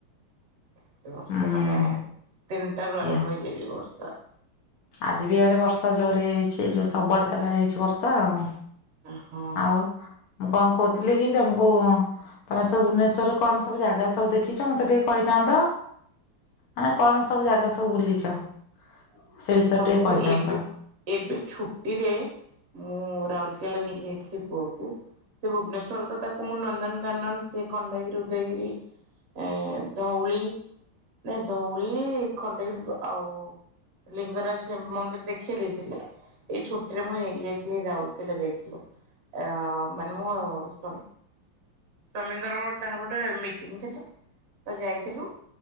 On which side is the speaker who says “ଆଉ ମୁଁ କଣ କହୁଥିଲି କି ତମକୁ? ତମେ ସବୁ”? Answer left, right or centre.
Left